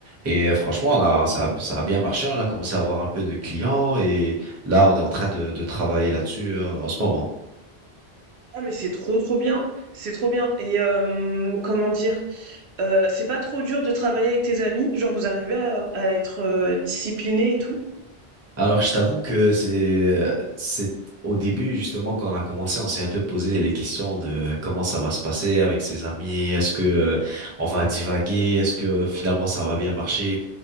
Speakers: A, on the right; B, on the right.
A: Et euh, franchement, on a, ça, a- ça a bien marché. On a commencé à avoir un peu de clients et là, on est en train de, de travailler là-dessus euh, en ce moment.
B: Ah mais c'est trop trop bien, c'est trop bien. Et euh, comment dire, euh, c'est pas trop dur de travailler avec tes amis, genre vous arrivez à, à être euh, discipliné et tout?
A: Alors, je t'avoue que c'est c'est au début justement quand on a commencé, on s'est un peu posé les questions de comment ça va se passer avec ses amis, est-ce que euh, on va divaguer, est-ce que euh, finalement ça va bien marcher.